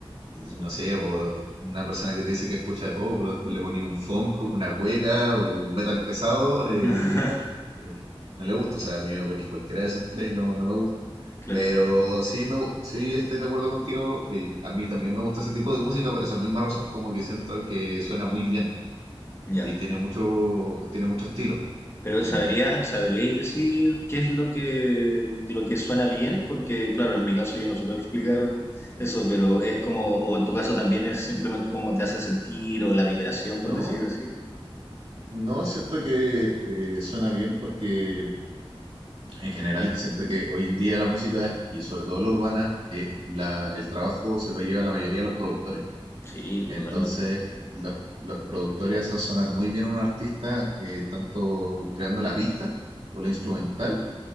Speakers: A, on the right; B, on the left.
A: no sé, po, una persona que te dice que escucha de todo, pero después le ponía un funk, una cueca o un metal pesado, eh,
B: <laughs>
A: y no, no le gusta. O sea, a mí me ponís cualquiera de esas tres y no, no me gusta.
B: Claro,
A: Pero sí, me, gu- sí estoy de acuerdo contigo. Y a mí también me gusta ese tipo de música por esa misma razón, como que siento que suena muy bien
B: ya.
A: y tiene mucho, tiene mucho estilo
B: Pero
A: en general.
B: sabría, sabríais decir qué es lo que, lo que suena bien, porque claro, en mi caso yo no supe explicar eso, pero es como, o en tu caso también es simplemente cómo te hace sentir o la vibración,
A: No,
B: por decirlo así.
A: no siento que eh, suena bien porque En general, siento que hoy en día la música y sobre todo la urbana, eh, la- el trabajo se lo lleva la mayoría de los productores.
B: Sí, totalmente.
A: Entonces, los, los productores hacen sonar muy bien a un artista, eh, tanto creando la pista o la instrumental
B: Ujú.